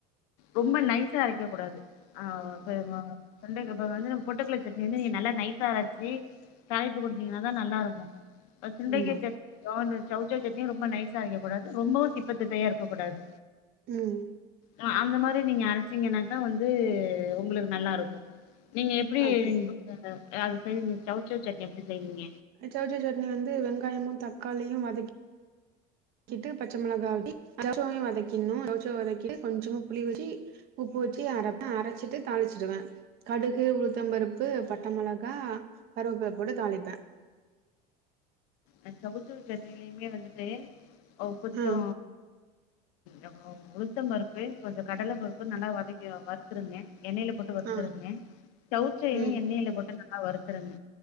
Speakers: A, on the left; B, on the right.
A: ரொம்ப நைசா அரைக்க கூடாது ஆ செய்வாங்க சுண்டக்கா அப்ப வந்து நம்ம பொட்டுக்கல சட்னி வந்து நீங்க நல்லா நைசா அரச்சி தாழிப்பு குடுத்தீங்கன்னா தா நல்லாருக்கு ப சுண்டைக்க
B: ஆமா
A: சட்னியு இந்த சவ்சவ் சட்னியு ரொம்ப நைசா அரைக்க கூடாது ரொம்பவு திப்ப திப்பயா இருக்க கூடாது
B: ம்
A: ஆ அந்த மாரி நீங்க அரச்சிங்கன்னாகா வந்து உங்களுக்கு நல்லா இருக்கு நீங்க எப்டி <unintelligible>
B: அப்டி
A: அத செய்வீங்க சவ்சவ் சட்னி எப்படி செய்வீங்க
B: சவ்சவ் சட்னி வந்து வெங்காயமு தக்காளியு வதக் ட்டு பச்ச மொளகாட்டி சவ்சவ்யு வதக்கினு சவ்சவ் வதக்கி ட்டு கொஞ்சமா புளி வச்சு உப்பு வச்சு அரைப்ப அரச்சிட்டு தாளிச்சிடுவ கடுகு உளுத்த பருப்பு பட்ட மொளகா கருவப்ல போட்டு தாழிப்ப
A: அ சவ் சவ் சட்னிலயுமே வந்துட்டு கொஞ்சோ
B: ஆ
A: அ உளுத்தம் பருப்பு கொஞ்சோ கடல பருப்பு நல்லா வதக்கி வருத்துருங்க எண்ணெயில போட் டு வருத்துருங்க
B: ஆ
A: சவ்சவ்யு
B: ம்
A: எண்ணெயில போட்டு நல் லா வறுத்துருங்க